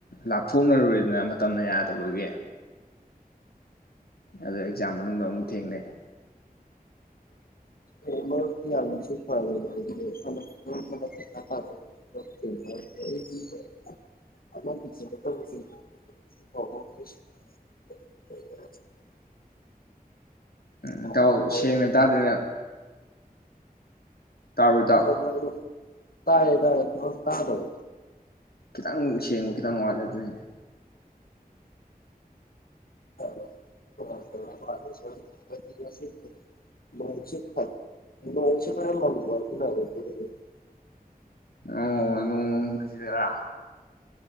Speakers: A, on the left; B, on the left.
A: ꯂꯥꯞꯊꯣꯛꯅꯔꯨꯔ‌ꯦꯗꯅ ꯃꯇꯝꯅ ꯌꯥꯗꯕꯒꯤ ꯑꯗ ꯑꯦꯛꯖꯥꯝ ꯃꯅꯨꯡꯗ ꯑꯃꯨꯛ ꯊꯦꯡꯅꯩ
B: <unintelligible>
A: ꯎꯝ
B: ꯄꯥꯎ
A: ꯏꯇꯥꯎ
B: ꯐꯥꯎꯔꯛꯇ꯭ꯔꯤ꯫
A: ꯁꯦꯡꯅ ꯇꯥꯗ‌ꯦꯅ‌ꯦ ꯇꯥꯕꯔ‌ꯣ ꯏꯇꯥꯎ
B: ꯑꯣ ꯃꯔꯨꯞ ꯇꯥꯏꯌꯦ ꯇꯥꯏꯌꯦ ꯃꯔꯨꯞ ꯇꯥꯗꯕꯔ‌ꯣ
A: ꯈꯤꯇꯪ ꯁꯦꯡꯕ ꯈꯤꯇꯪ ꯋꯥꯠꯂꯦ ꯑꯗꯨꯅꯤꯅꯦ
B: <unintelligible>
A: ꯑꯣ ꯅ‌ꯣꯡꯃꯪꯕꯖꯤꯗꯔꯥ